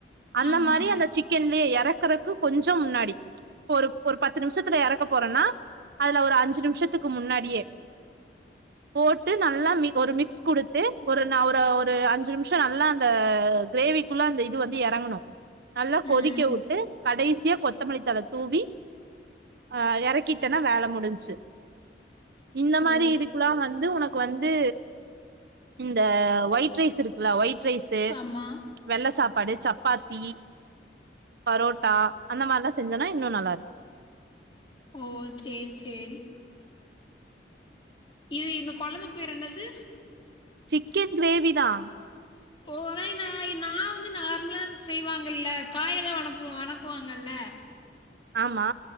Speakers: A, on the right (about 60°); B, on the left (about 30°).
A: அந்த
B: ஆமா
A: மாரி அந்த சிக்கன்லே இற க்கறக்கு கொஞ்ச முன்னாடி ஒரு ஒரு பத்து நிமிஷத்துல இறக்க போறோன்னா அதுல ஒரு அஞ்சு நிமிஷத்துக்கு முன்னாடியே போட்டு நல்லா மி ஒரு மிக்ஸ் குடுத்து ஒரு ந ஒரு ஒரு அஞ்சு நிமிஷ நல்லா அந்த கிரேவி ஃபுல்லா அந்த இது வந்து இறங்கணு நல்லா கொதிக்க
B: ம்
A: விட்டு கடைசியா கொத்த மல்லித்தலை தூவி ஆ இறக்கிட்டேன்னா வேலை முடிஞ்சு இந்த மாரி
B: ஓ
A: இதுக்குல்லா வந்து து உனக்கு வந்து இந்த ஒயிட் ரைஸ் இருக்குல்ல ஒயிட் ரைஸ் து
B: ஆமா
A: வெள்ள சாப்பாடு சப்பாத்தி பரோட்டா அந்த மாரிலா செஞ்சோன்னா இன்னு நல்லாருக்கு
B: ஓ சேரி சேரி இது இந்த கொலம்பு பேர் என்னது
A: சிக்கன் கிரேவி தா
B: ஓ நய் நா வந்து நார்மலா செய்வாங்கல்ல காயெல்லா வணக்குவோ வணக்குவாங்கல்ல
A: ஆமா